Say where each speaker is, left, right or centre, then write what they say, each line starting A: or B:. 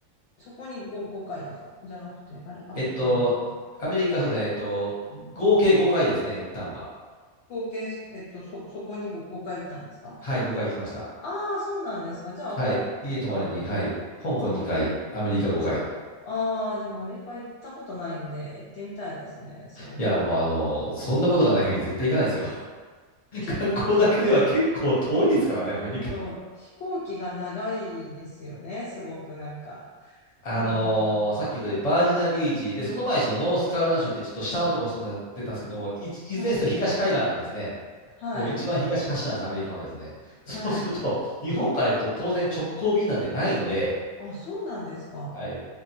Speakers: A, on the left (about 65°); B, on the left (about 30°).
A: そこに5、5回ですかじゃなくて、あれ、アメアメリカ。
B: えっと、アメリカ、そうですね、えっと、合計5回ですね、一旦は。
A: 合計、えっと、そ、そこに5、5回行ったんですか
B: はい、5回行きました。
A: ああー、そうなんですか。じゃあ、
B: はい、
A: 香港とアメ、
B: 家泊まりに、はい、香港2回、
A: あー
B: アメリカ5回。
A: あー、でもアメリカ行ったことないんで、行ってみたいですね、すごく。
B: いや、もうあのーそんなことがない限り絶対行かないですよ。
A: 結構飛行、
B: 観光だけでは結構遠いですからね、アメリカ。
A: そう飛行機が長いですよね、すごくなんか。
B: あのーさっき言ったようにバージナビーチ、
A: うん。
B: で、その前にそのノースカロライナ州ってちょっと下のとこ住んでたたんですけども、い、いずれにせよ東海岸なんですね。
A: はい。はい。
B: もう一番東端なんです、アメリカのですね。<laughs> そうすると、
A: はい。
B: 日本から行くと当然直行便なんてないので、
A: あ、そうなんですか。
B: はい、